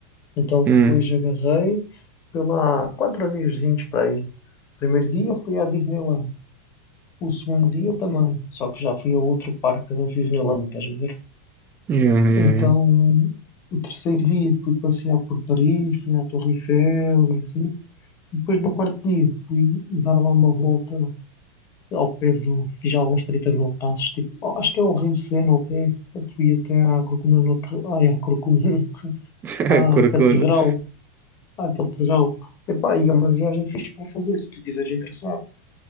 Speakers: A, on the left; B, on the right.
A: Então
B: Hum.
A: depois agarrei, fui lá quatro diazinhos para aí. Primeiro dia fui à Disneyland. O segundo dia também, só que já fui a outro parque da Disneyland, estás a ver?
B: Yeah, yeah,
A: Então, o terceiro dia fui passear por Paris, fui à Torre Eiffel e assim. Depois, no quarto dia, fui dar lá uma volta ao pé do. Fiz alguns 30 mil passos, tipo, ó, acho que é o Rio Sena ao pé. Eu Fui até à Corcunda Notre. Ai, à Corcunda Notre. <laughs>
B: yeah.
A: À
B: <laughs> Corcunda.
A: Catedral. À Catedral. Epá, e é uma viagem fixe para fazer, se tu estiveres interessado.